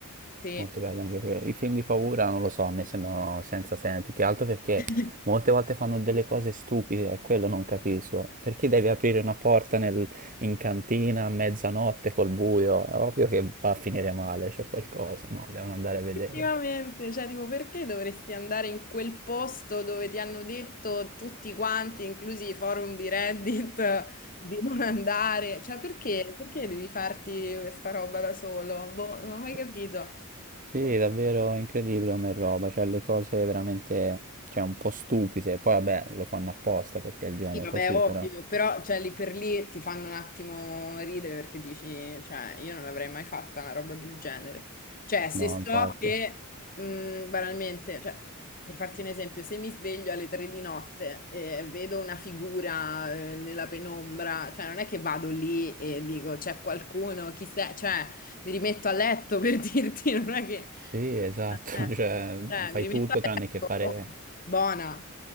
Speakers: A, on the left; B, on the right.
A: sì.
B: Molto belli anche quelli. I film di paura non lo so, a me sembrano senza senso, più che altro perché
A: <laughs>
B: molte volte fanno delle cose stupide, e quello non capisco. Perché devi aprire una porta nel- in cantina a mezzanotte col buio? È ovvio che va a finire male, c'è qualcosa. No, devono andare
A: Effettivamente,
B: a vedere.
A: cioè, tipo, perché dovresti andare in quel posto dove ti hanno detto tutti quanti, inclusi i forum di Reddit, <laughs> di non andare? Cioè, perché? Perché devi farti questa roba da solo? Boh, non ho mai
B: Sì,
A: capito.
B: Sì,
A: Boh.
B: davvero incredibile come roba, cioè le cose veramente, cioè un po' stupide. Poi vabbè, lo fanno apposta perché è il genere
A: Sì, vabbè,
B: così,
A: ovvio,
B: però.
A: però cioè, lì per lì ti fanno un attimo ridere perché dici, cioè, io non l'avrei mai fatta una roba del genere. Cioè, se
B: No,
A: so
B: infatti.
A: che, mh, banalmente, cioè, per farti un esempio, se mi sveglio alle tre di notte e vedo una figura, eh, nella penombra, cioè, non è che vado lì e dico, c'è qualcuno, chi sei? Cioè, mi rimetto a letto per <laughs> dirti, non è che...
B: Sì, esatto,
A: Eh,
B: <laughs> cioè
A: cioè,
B: fai
A: mi rimetto
B: tutto
A: adesso,
B: tranne che fare...
A: oh, buona,